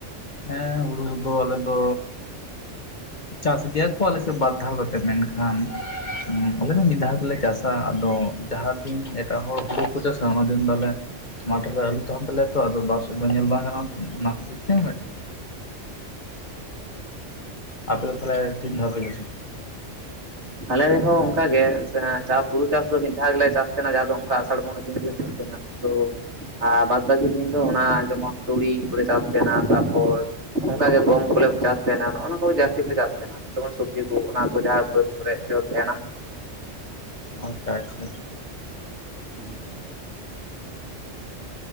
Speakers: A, on the left; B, on the right.
A: ᱦᱮᱸ ᱦᱩᱲᱩ ᱠᱚᱫᱚ ᱟᱞᱮ ᱫᱚ
B: <unintelligible>
A: ᱪᱟᱥ ᱜᱮᱭᱟ ᱠᱚ ᱟᱞᱮᱥᱮᱫ ᱵᱟᱨ ᱫᱷᱟᱣ ᱠᱟᱛᱮᱫ ᱢᱮᱱᱠᱷᱟᱱ ᱟᱞᱮ ᱫᱚ ᱢᱤᱫ ᱫᱷᱟᱣ ᱜᱮᱞᱮ ᱪᱟᱥᱟ ᱟᱫᱚ ᱡᱟᱦᱟᱸ ᱫᱤᱱ ᱮᱴᱟᱜ ᱦᱚᱲ ᱦᱩᱲᱩ ᱠᱚ ᱪᱟᱥᱟ ᱚᱱᱟ ᱫᱤᱱ ᱟᱞᱮ ᱢᱟᱴ ᱨᱮ ᱟᱹᱞᱩ ᱛᱟᱦᱮᱱ ᱛᱟᱞᱮᱭᱟ ᱛᱚ ᱟᱫᱚ ᱵᱟᱨ ᱥᱮᱫ ᱫᱚ ᱧᱮᱞ ᱵᱟᱝ ᱜᱟᱱᱚᱜ-ᱟ ᱚᱱᱟ ᱠᱷᱟᱹᱛᱤᱨ ᱛᱮ ᱟᱯᱮ ᱫᱚ ᱛᱟᱦᱚᱞᱮ ᱛᱤᱱ ᱵᱟᱨ ᱫᱷᱟᱣ ᱯᱮ ᱪᱟᱥ ᱟ
B: ᱟᱞᱮ ᱨᱮᱦᱚᱸ ᱚᱱᱠᱟ ᱜᱮ ᱥᱮ ᱪᱟᱥ ᱦᱩᱲᱩ ᱪᱟᱥ ᱫᱚ ᱢᱤᱫ ᱫᱷᱟᱣ ᱜᱮᱞᱮ ᱪᱟᱥ ᱛᱟᱦᱮᱱᱟ ᱡᱟᱦᱟᱸ ᱫᱚ ᱚᱱᱠᱟ ᱟᱥᱟᱲ ᱵᱚᱸᱜᱟ ᱫᱤᱱ ᱱᱚᱛᱮ ᱱᱟᱜ ᱫᱚ ᱟᱨ ᱵᱟᱫ ᱵᱟᱹᱠᱤ ᱫᱤᱱ ᱫᱚ ᱚᱱᱟ ᱡᱮᱢᱚᱱ ᱛᱩᱲᱤ ᱠᱚᱞᱮ ᱪᱟᱥ ᱛᱟᱦᱮᱱᱟ ᱛᱟᱯᱚᱨ ᱚᱱᱠᱟ ᱜᱮ ᱜᱚᱢ ᱠᱚᱞᱮ ᱪᱟᱥ ᱛᱟᱦᱮᱱᱟ ᱱᱚᱜᱱᱟ ᱠᱚ ᱡᱟᱹᱥᱛᱤ ᱜᱮᱞᱮ ᱪᱟᱥ ᱛᱟᱦᱮᱱᱟ ᱡᱮᱢᱚᱱ ᱥᱚᱵᱽᱡᱤ ᱠᱚ ᱚᱱᱟ ᱠᱚ ᱡᱟᱦᱟᱸ ᱠᱚᱨᱮᱪᱩᱨ ᱛᱟᱦᱮᱱᱟ
A: ᱟᱪᱪᱷᱟ ᱟᱪᱪᱷᱟ
B: ᱦᱩᱸ